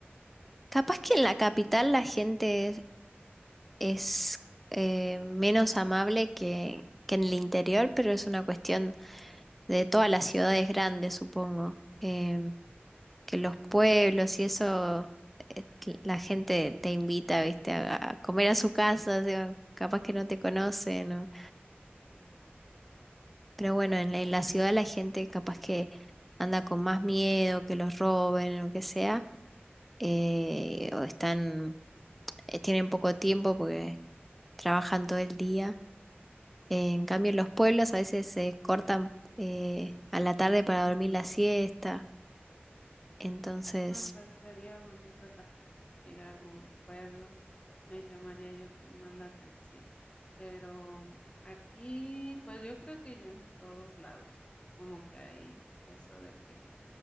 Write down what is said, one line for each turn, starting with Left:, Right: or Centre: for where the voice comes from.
Centre: capaz que en la capital la gente es, es, eh, menos amable que, que en el interior, pero es una cuestión de todas las ciudades grandes, supongo. Em, que los pueblos y eso, eh, la gente te invita, viste, a, a comer a su casa, o sea, capaz que no te conocen, ¿no? Pero bueno, en la, en la ciudad la gente capaz que anda con más miedo, que los roben o lo que sea, eh, o están, eh, tienen poco tiempo porque trabajan todo el día. Eh, en cambio, en los pueblos a veces se cortan eh, a la tarde para dormir la siesta. Entonces,
Left: Ah, pues sería bonito tal vez ir a algún pueblo. Me llamaría yo creo más la atención. Pero mm, aquí, pues yo creo que ya en todos lados, como que hay eso de que,